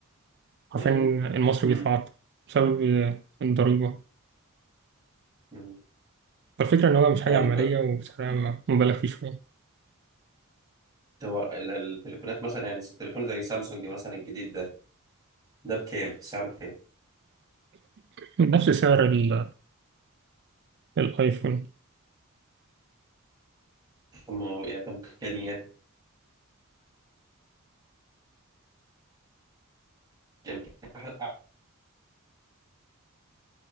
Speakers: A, on the right (about 15°); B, on the right (about 50°).
A: ناني
B: حرفيا المصري
A: امم
B: بيتعاطى بسبب الضريبة
A: أمم.
B: فالفكرة إن هو مش حاجة
A: طيب
B: عملية وسعرها مبالغ فيه شوية
A: هو ال- التليفونات مثلا يعني التليفون زي سامسونج مثلا الجديد ده ده بكام سعره بكام
B: نفس سعر ال- الآيفون
A: هم يعني طب امكانيات امكانيات